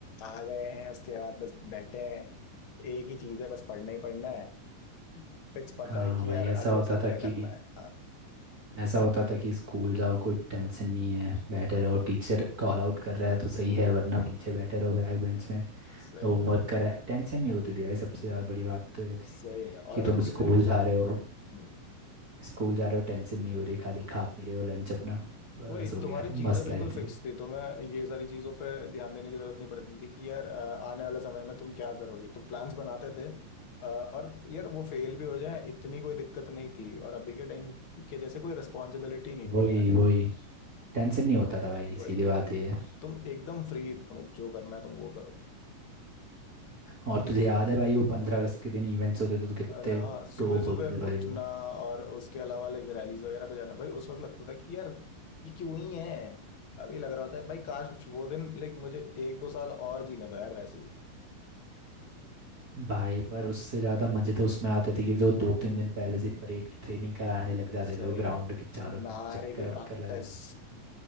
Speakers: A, on the left (about 40°); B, on the right (about 25°).
A: आ गए हैं उसके बाद बस बैठे हैं एक ही चीज है बस पढ़ना ही पढ़ना है फिक्स पता
B: हाँ
A: है कि
B: भाई
A: यार
B: ऐसा
A: अगले
B: होता
A: साल
B: था
A: क्या
B: कि
A: करना है हाँ
B: ऐसा होता था कि स्कूल जाओ कोई टेंशन नहीं है बैठे रहो टीचर कॉल आउट कर रहा है तो सही है वरना पीछे बैठे रहो बैक बेंच में
A: सही
B: होमवर्क
A: है
B: करा है, टेंशन नहीं होती थी भाई सबसे ज़्यादा बड़ी बात तो ये थी
A: सही में और
B: कि
A: अगर
B: तुम
A: चीजें
B: स्कूल जा रहे हो
A: हम्म,
B: स्कूल जा रहे हो टेंशन नहीं हो रही खाली खा पी रहे हो लंच अपना बस
A: वही
B: हो
A: तुम्हारी
B: गया
A: चीजें
B: मस्त
A: बिल्कुल
B: लाइफ थी
A: फिक्स थी तो मैं ये सारी चीजों पे ध्यान देने की जरूरत नहीं पड़ती थी कि यार अ, आने वाले समय में तुम क्या करोगे तुम प्लान्स बनाते थे अ, और यार वो फेल भी हो जाए इतनी कोई दिक्कत नहीं थी और अभी के टाइम के जैसे कोई रिस्पॉन्सिबिलिटी नहीं थी
B: वही
A: यार
B: वही टेंशन नहीं होता था भाई
A: वही
B: सीधी बात ये है
A: तुम एकदम फ्री तुम जो करना है तुम वो करो
B: और तुझे याद है भाई वो पंद्रह अगस्त के दिन इवेंट्स होते थे तो कितने
A: अरे हाँ सुबह
B: टोप
A: सुबह
B: होते थे भाई
A: उठना
B: वो
A: और उसके अलावा लाइक रैलीज वगैरह पे जाना भाई उस वक्त लगता था कि यार ये क्यों ही है अभी लग रहा होता है भाई काश वो दिन लाइक मुझे एक दो साल और जीने दो यार वैसे ही
B: भाई पर उससे ज़्यादा मज़े तो उसमें आते थे कि जो दो तीन दिन पहले से परेड की ट्रेनिंग कराने लग जाते
A: सही
B: थे वो ग्राउंड
A: में
B: के चारों तरफ
A: नारे
B: चक्कर
A: की
B: वक्कर
A: प्रैक्टिस
B: लगाने लग जाते